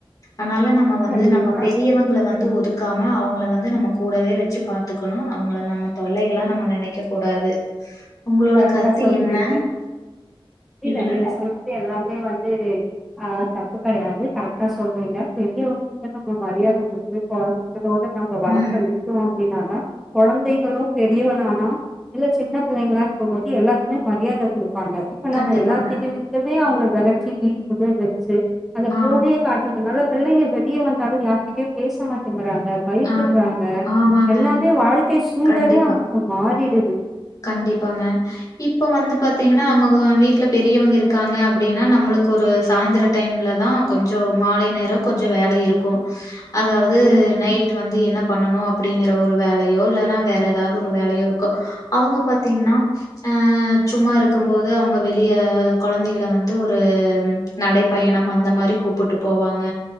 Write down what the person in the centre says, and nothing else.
கண்டிப்பா
கரெக்டா
சொல்றீங்க
இல்ல
நீங்க சொன்னது எல்லாமே வந்து தே ஆ, தப்பு கெடையாது கரெக்டா சொல்றீங்க பெரியவங்கிட்ட நம்ம மரியாத குடுத்து குழந்தைங்களோட நம்ம வளக்க
விட்டோ அப்டின்னா <unintelligible> கொழந்தைகளும் பெரியவனனான இல்ல சின்ன பிள்ளைங்களா இருக்கும்போது எல்லாத்துக்குமே மரியாத குடுக் ப்பாங்க இப்ப நம்ம
எல்லா கிட்டருந்துமே அவுங்களுக்கு வளச்சி வீட்டுக்குள்ளேயே வெச்சு அந்த ஃபோனையே
காட்டுறதுனாலப் பிள்ளைங்க வெளிய வந்தாலு யார்கிட்டயூ பேச மாட்டேங்கிறாங் க பயப்பட்றாங்க
எல்லாமே வாழ்க்கை சூழலே
அவுங்களுக்கு மாறிடுது
ம்